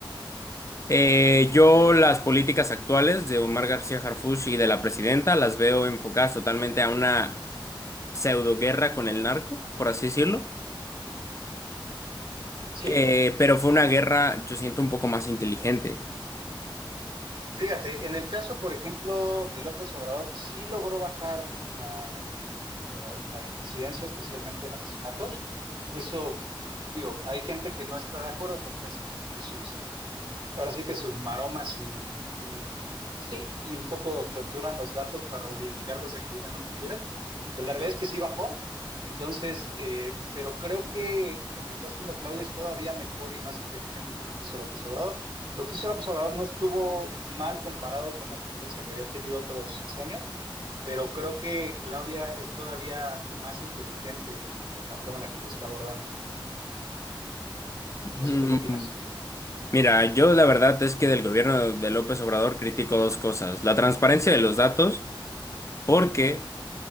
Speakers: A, on the left; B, on the right.
A: Eh, yo
B: Sí,
A: las políticas actuales de Omar García Harfuch y de la presidenta las veo enfocadas totalmente a una pseudo guerra con el narco, por así decirlo.
B: sí.
A: Eh, pero fue una guerra, yo siento, un poco más inteligente.
B: Fíjate, en el caso, por ejemplo, de López Obrador, sí logró bajar la, lo- la incidencia, especialmente en asesinatos. Eso, digo, hay gente que no está de acuerdo porque hace como que sus ahora sí que sus maromas y, y, y- y un poco torturan los datos para obligarlos a que digan lo que quieran, pero la realidad es que sí bajó. Entonces, eh, pero creo que lo que está haciendo Claudia es todavía mejor y más inteligente que lo que hizo López Obrador. Lo que hizo López Obrador no estuvo mal comparado con la tendencia que habían tenido otros sexenios, pero creo que Claudia es todavía más inteligente en la forma en la que lo está abordando. No
A: Mm,
B: sé, ¿tú qué opinas?
A: Mira, yo la verdad es que del gobierno de López Obrador critico dos cosas, la transparencia de los datos porque